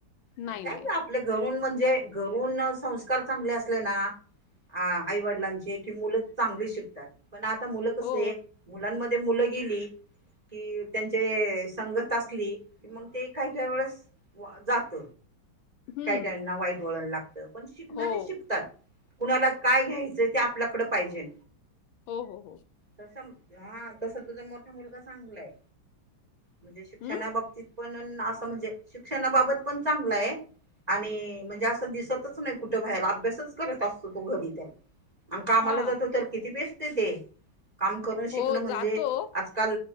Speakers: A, on the right (about 20°); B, on the left (about 80°).
A: आणि
B: नाही
A: काय
B: नाही
A: आपले घरून म्हणजे घरून संस्कार चांगले असले ना आईवडिलांचे क मुलं चांगली शिकतात पण आता मुलं कस
B: हो
A: आहे. मुलांमध्ये मुलं गेली की त्यांचे संगत असली. क मग ते काही काही वेळेस जात
B: हम्म
A: काही काहीना वाईट वळण लागतं. पण शिकणार
B: हो
A: शिकतात कुणाला काय घ्यायचंय ते आपल्याकड पाहिजे.
B: हो हो हो.
A: तस हा तस तुझा मोठा मुलगा चांगलाय. म्हणजे शिक्षणा
B: हम्म
A: बाबतीत पण अस. म्हणजे शिक्षणाबाबत पण चांगलं आहे. आणि म्हणजे असं दिसतच नाही कुठं बाहेर अभ्यासच करत असतो तो घरी त्याला आणि कामाला
B: हा
A: जातो तर किती बेस्ट ते काम करून शिकणं
B: हो
A: म्हणजे
B: जातो
A: आजकाल.